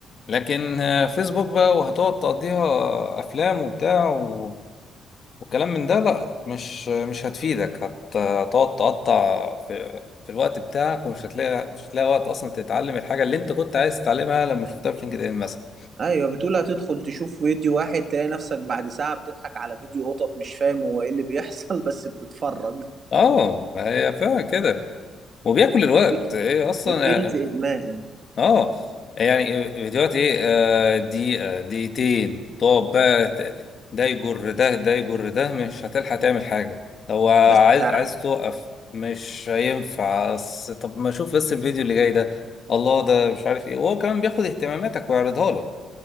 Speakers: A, on the left; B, on the right.
A: لكن آه، فيسبوك بقى وهتقعد تقضيها افلام وبتاع و... وكلام من ده لا مش مش هتفيدك هت- هتقعد تقطع في في الوقت بتاعك ومش هتلاقي مش هتلاقي وقت اصلا تتعلم الحاجه اللي انت كنت عايز تتعلمها لما شفتها في لينكد ان مثلا
B: ايوه بتقول هتدخل تشوف فيديو واحد تلاقي نفسك بعد ساعة بتضحك على فيديو قطط مش فاهم هو ايه اللي بيحصل <laughs> بس بتتفرج
A: اه ما هي فعلا كده وبياكل الوقت
B: الري-
A: هي اصلا
B: الريلز ادمان
A: اه يعني فيديوهات ايه آه دقيقة دقيقتين تقعد بقى ت- ده يجر ده ده يجر ده مش هتلحق تعمل حاجة لو عايز
B: بس تع-
A: عايز توقف مش هينفع أص- طب ما اشوف بس الفيديو اللي جاي ده الله ده مش عارف ايه وهو كمان بياخد اهتماماتك ويعرضها لك